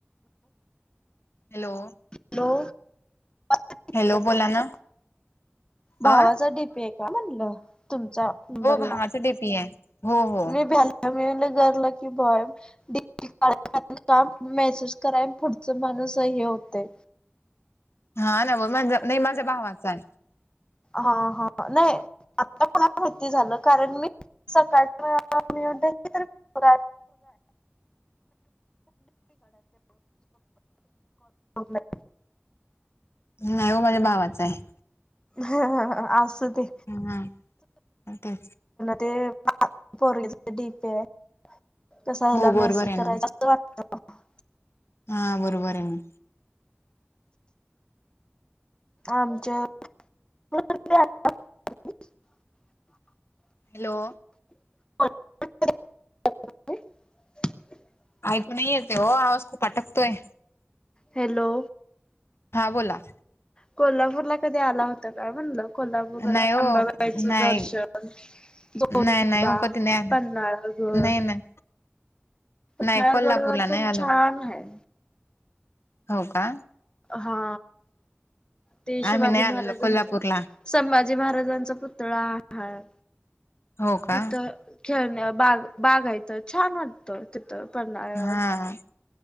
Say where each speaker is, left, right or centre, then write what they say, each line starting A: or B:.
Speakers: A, on the left (about 85°); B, on the left (about 20°).
A: हॅलो!
B: हॅलो तु
A: हॅलो बोला ना
B: भावासाठी
A: अ
B: <inaudible> म्ह तुमचा
A: हो
B: बरला
A: भावाचा डीपी आहे हो हो
B: मी <inaudible> गरला की बाॉय <inaudible> काम मेसेज कराय पुढचे माणूस हे होतं.
A: हा ना माझं नाही माझ्या भावाच चालय.
B: हा हा नाही आता प खालती झालं. सकाळच्या मिगा <inaudible> <inaudible>
A: नाही हो माझ्या भावाचा आहे.
B: ह ह असुदे ते
A: हम्म ते
B: ते परोगीच डीपे <inaudible> तसा आला
A: हो
B: मेसेज
A: बरोबर आहे
B: करायचा
A: ना
B: अस वाटत <inaudible>
A: हा बरोबर आहे.
B: आमच्या. त <inaudible>
A: हॅलो!
B: <inaudible>
A: ऐकू नाहीय येते हो आवाज खूप अटकतोय.
B: हॅलो!
A: हां बोला.
B: कोल्हापूरला कधी आला होता काय म्हणलं कोल्हापूर
A: नाही
B: अंबाबाईचं
A: हो नाही
B: दर्शन. जोतिबा,
A: नाही नाही हो कधी नाही आलं
B: पन्नाळागड,
A: नाही नाही
B: पन्हाळा
A: नाही कोल्हापूरला
B: गडवर पण खुप
A: नाही आलो
B: छान हाय.
A: हो का
B: हा ते शिवाजी
A: आम्ही नाही
B: महाराजांचं
A: आलेलो कोल्हापूरला
B: संभाजी महाराजांचा पुतळा आहे
A: हो का
B: तिथं. खेळणे बाग बागहायथ छान वाटत तिथं पन्हाळ्यावर.
A: हा